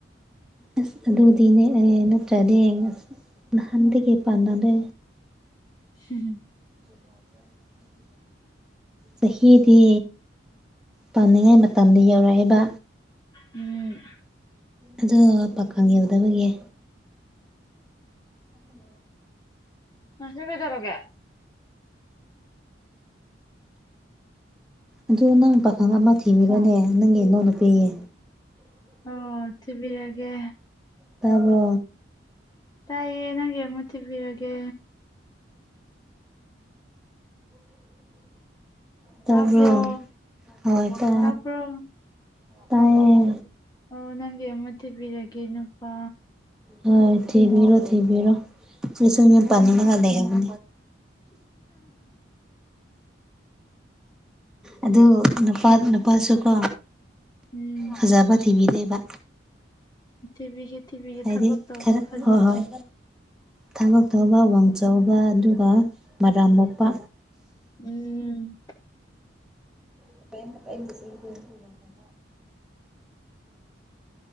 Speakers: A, in the centre; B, on the left (about 20°).
A: ꯑꯁ ꯑꯗꯨꯗꯤꯅꯦ ꯅꯠꯇ꯭ꯔꯗꯤ ꯑꯁ ꯅꯍꯥꯟꯗꯒꯤ ꯄꯥꯟꯅꯗ
B: ꯍꯝꯨꯝ
A: ꯋꯥ ꯍꯥꯏ ꯆꯍꯤꯗꯤ ꯄꯥꯝꯅꯤꯡꯉꯥꯏ ꯃꯇꯝꯗ ꯌꯧꯔꯛꯏꯕ
B: ꯎꯝ
A: ꯑꯗꯣ ꯄꯥꯀꯪ ꯌꯧꯗꯕꯒꯤ ꯎꯝ
B: ꯉꯪꯁ ꯀꯩꯗꯧꯔꯒꯦ
A: ꯑꯗꯨ ꯅꯪ ꯄꯥꯈꯪ ꯑꯃ ꯊꯤꯕꯤꯔꯣꯅꯦ ꯅꯪꯒꯤ ꯏꯅꯎ ꯅꯨꯨꯄꯤꯌꯦ
B: ꯑꯣ ꯊꯤꯕꯤꯔꯒꯦ
A: ꯇꯥꯕꯣ
B: ꯇꯥꯏꯌꯦ ꯌꯦ ꯅꯒꯦ ꯃ ꯇ ꯄꯔꯒꯦ
A: ꯇꯕ
B: ꯇꯥꯕ꯭ꯔꯣ
A: ꯍꯣꯏ ꯇ
B: ꯇꯥꯕ꯭ꯔꯣ
A: ꯇꯥꯏꯌꯦ
B: ꯑꯣ ꯅꯪꯒ ꯃ ꯇꯕꯤꯤꯔꯒꯦ ꯅꯨꯄꯥ
A: ꯍꯣꯏ ꯊꯕꯤꯔꯣ ꯊꯕꯤꯔꯣꯁꯨꯣ ꯄꯅꯤ ꯂꯗ ꯍꯥꯏꯕ ꯑꯗꯨ ꯅꯨꯄꯥ ꯅꯨꯄꯥꯁꯨꯀꯣ
B: ꯎꯝ
A: ꯐꯖꯕ ꯊꯤꯕꯤꯗ ꯂꯩꯦꯕ
B: ꯇꯤꯚꯤꯒꯤ ꯇꯤꯚꯤꯒꯤ
A: ꯍꯥꯏꯗꯤ
B: ꯊꯕꯛ ꯇꯧꯕ
A: ꯈꯔ
B: ꯐꯖꯕ
A: ꯍꯣꯏ ꯍꯣꯏ ꯊꯕꯛ ꯇꯧꯕ ꯎꯋꯪꯆꯧꯕ ꯑꯗꯨꯒ ꯃꯔꯥꯝ ꯃꯣꯛꯄ
B: ꯎꯝ
A: <inaudible>